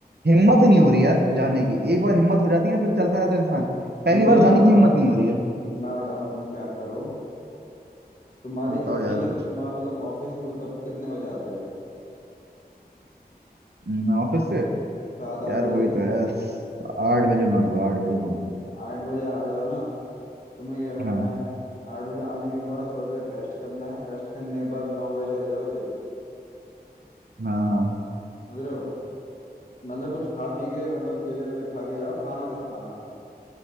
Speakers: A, on the right; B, on the left.
A: हिम्मत नहीं हो रही यार जाने की एक बार हिम्मत हो जाती है फिर चलता रहता है इंसान पहली
B: मैं
A: बार जाने
B: बताऊं
A: की हिम्मत नहीं हो रही है
B: मैं बताऊं तुम क्या करो तुम्हारी
A: बताओ
B: छुट्टी
A: यार
B: कित
A: कुछ
B: तुम्हारा मतलब ऑफिस से तुम कब कितने बजे आते हो
A: हम्म, ऑफिस से
B: सात आठ
A: यार
B: बजे
A: वही तो है आठ बजे मान लो आठ बजे मान लो
B: आठ बजे आ जाओ ना तुम्हें क्या करना
A: हाँ
B: है आठ बजे आने के बाद थोड़ी देर रेस्ट करना है रेस्ट करने के बाद नौ बजे चले जाओ जिम
A: हाँ हाँ
B: समझ रहे हो मतलब कुछ खा पी के मतलब केले वेले खा के जाओ खाना मत खाना